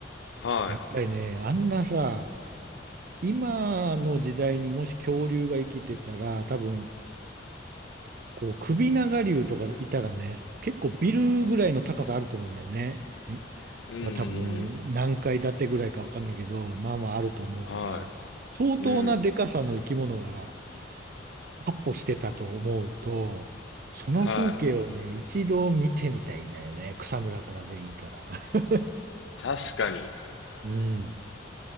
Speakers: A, on the left; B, on the right.
A: い。は
B: やっぱりね、あんなさ、今の時代にもし恐竜が生きてたら、多分、こう、首長竜とかいたらね、結構ビルぐらいの高さあると思うんだよね。
A: い。うんうんうん。
B: まあ多分何階建てぐらいかわかんないけど、まあまああると思うから、
A: は
B: 相当なでかさの生き物が
A: い。うん。
B: 闊歩してたと思うと、その風景をね、
A: はい。
B: 一度見てみたいんだよね。草むらからでいいから。<laughs>
A: 確かに。
B: うん。